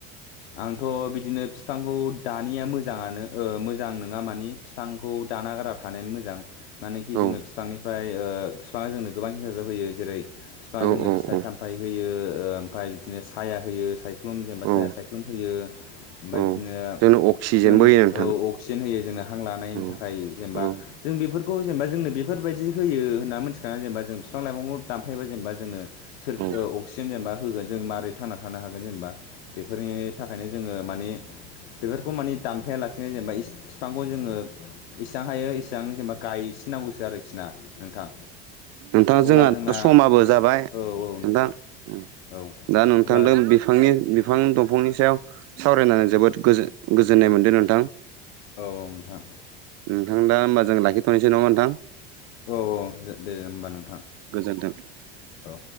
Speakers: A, on the left (about 80°); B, on the right (about 55°).
A: आंथ' बिदिनो बिफांखौ दानिया मोजाङानो ओ मोजां नङा माने बिफांखौ दाना गारा थानायानो मोजां। मानोेखि
B: औ
A: जोङो बिफांनिफ्राय ओ बिफाङा जोंनो गोबां हेफाजाब होयो जेरै बिफाङा
B: औ
A: जोंनो
B: औ
A: फिथाइ
B: औ
A: साम थाइ होयो ओमफाय बिदिनो साया होयो सायख्लुम जेनबा साया
B: औ
A: सायख्लुम होयो ओमफाय
B: औ
A: बिदिनो
B: जोंनो अक्सिजेनबो
A: जों
B: होयो नोंथां
A: ओ अक्सिजेन होयो जोंनो हां लानायनि
B: औ
A: थाखाय जेनबा।
B: औ
A: जों बेफोरखौ जेनबा जोंनो बेफोरबायदि होयो होन्ना मिथिखाना जेनबा जों बिफां लाइफांखौ दानफायबा जेनबा जोंनो सोर अक्सिजेन
B: औ
A: जेनबा होगोन जों मारै थांना थानो हागोन जेनबा। बेफोरनि थाखायनो जोङो माने बेफोरखौ माने दानफायालासिनो जेनेबा बिफांखौ जोङो इसेबां हायो इसेबां जेनेबा गायसिनांगौसो आरोखि ना नोंथां।
B: नोंथाङा
A: अब्ला
B: जोंहा
A: जोंना
B: समाबो जाबाय
A: औ औ
B: नोंथां उम
A: औ
B: दा नोंथांदों
A: अब्ला
B: बि फांनि बिफां दंफांनि सायाव सावरायनानै जोबोद गोजो गोजोननाय मोनदों नोंथां।
A: औ नोंथां।
B: नोंथां दा होमबा जों लाखिथ'नोसै नामा नोंथां?
A: औ औ जे दे होमबा नोंथां
B: गोजोन्थों
A: औ।